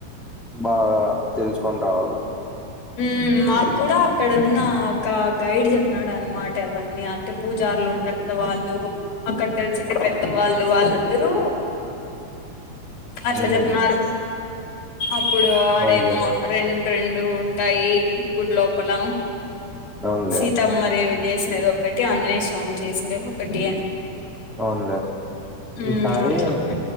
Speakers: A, in the centre; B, on the left (about 70°).
A: బాగా తెలుసుకొని రావల్లా
B: హుమ్ మాకు కూడా అక్కడ ఉన్న ఒక గైడ్ చెప్పినాడు అనమాట ఇవన్నీ అంటే పూజారులు ఉంటారు కదా వాళ్ళు అక్కడ తెలిసింది పెద్దవాళ్ళు వాళ్ళందరూ అట్లా
A: ఉమ్
B: చెప్పినారు అప్పుడు ఆడేమో
A: అవునులే
B: రెండు రెండు ఉంటాయి గుడి లోపల
A: అవునులే
B: సీతమ్మదేవి చేసినదొ ఒకటి ఆంజనేయ స్వామి చేసిండేది ఒకటి
A: అవునులే
B: ఉమ్,
A: ఈసారి
B: అట్లా